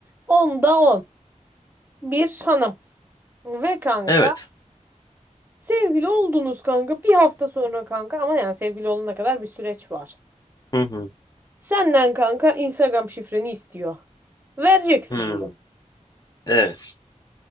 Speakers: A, on the right; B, on the left.
A: Onda on. Bir hanım. Ve kanka
B: Evet.
A: sevgili oldunuz kanka bir hafta sonra kanka ama yani sevgili olana kadar bir süreç var.
B: Hı hı.
A: Senden kanka Instagram şifreni istiyor. Vereceksin
B: Hı.
A: diyor.
B: Evet.